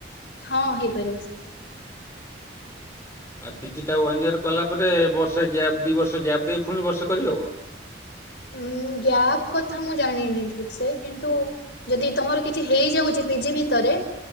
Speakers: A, on the left; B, on the left.
A: ହଁ ହେଇପାରିବ ସେମିତି।
B: ଆଉ ପିଜିଟା ୱାନ୍ ଇୟର୍ କଲା ପରେ ବର୍ଷେ ଗ୍ୟାପ୍ ଦି ବର୍ଷ ଗ୍ୟାପ୍ ଦେଇ ପୁଣି ବର୍ଷେ କରିହେବ?
A: ହୁଁ ଗ୍ୟାପ୍ କଥା ମୁଁ ଜାଣିନି ଠିକ୍ ସେ, କିନ୍ତୁ ଯଦି ତମର କିଛି ହେଇଯାଉଛି ପିଜି ଭିତରେ